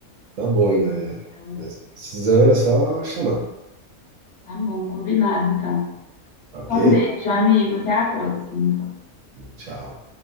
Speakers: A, on the right; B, on the left.
A: Tá bom, Inaya.
B: com ela.
A: Mas precisando é só chamar,
B: Tá bom, combinado então.
A: tá ok?
B: Então, um beijo, amigo. Até a próxima.
A: Tchau.